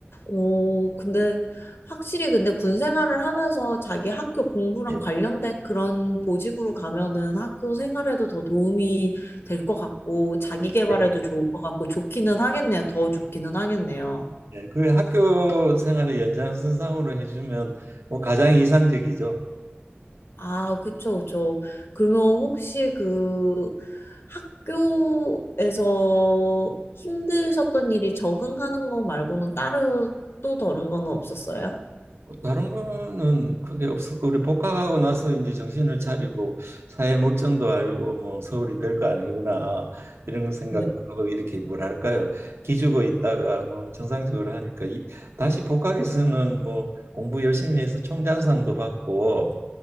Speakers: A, on the left; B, on the right.
A: 어, 근데 확실히 근데 군 생활을 하면서 자기 학교 공부랑
B: 예.
A: 관련된 그런 보직으로 가면은 학교 생활에도 더 도움이 될 것 같고 자기 개발에도
B: 예.
A: 좋을 것 같고 좋기는 하겠네요. 더 좋기는 하겠네요.
B: 예, 그 학교 생활의 연장선상으로 해주면 뭐 가장 이상적이죠.
A: 아, 그쵸, 그쵸. 그러면 혹시 그 학교에서 힘드셨던 일이 적응하는 거 말고는 따로 또 다른 거는 없었어요?
B: 어, 다른 거는 크게 없었고 우리 복학하고 나서 이제 정신을 차리고 사회 물정도 알고 뭐 서울이 별거 아니구나 이런 생각도
A: 네.
B: 하고 이렇게 뭐랄까요 기죽어 있다가 뭐 정상적으로 하니까 이, 다시 복학해서는 뭐 공부 열심히 해서 총장상도 받고